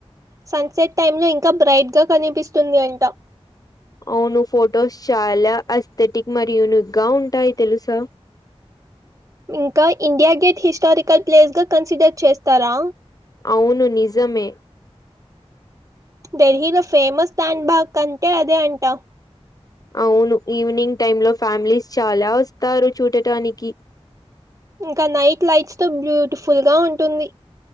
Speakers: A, on the right (about 30°); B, on the left (about 35°).
A: సన్ సెట్ టైం లో ఇంకా బ్రైట్ గా కనిపిస్తుంది అంట
B: అవును ఫొటోస్ చాలా అస్థెటిక్ మరి యూనిక్ గా ఉంటాయి తెలుసా
A: ఇంకా ఇండియా గేట్ హిస్టారికల్ ప్లేస్ గా కన్సిడర్ చేస్తారా
B: అవును నిజమే
A: డెల్హీ లో ఫేమస్ టాంగ్ బాగ్ కంటే అదే అంటా
B: అవును ఈవినింగ్ టైం లో ఫ్యామిలీస్ చాలా వస్తారు చూడటానికి
A: ఇంకా నైట్ లైట్స్ తో బ్యూటిఫుల్ గా ఉంటుంది